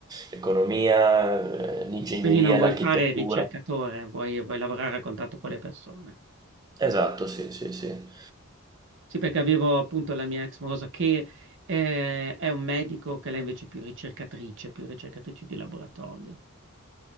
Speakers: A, on the right; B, on the right.
A: l'economia, eh, l'ingegneria,
B: quindi non vuoi
A: l'architettura.
B: fare il ricercatore, vuoi, vuoi lavorare a contatto con le persone.
A: Esatto, sì, sì, sì.
B: Sì, perché avevo appunto la mia ex morosa che eh, è un medico, che lei invece è più ricercatrice, più ricercatrice di laboratorio.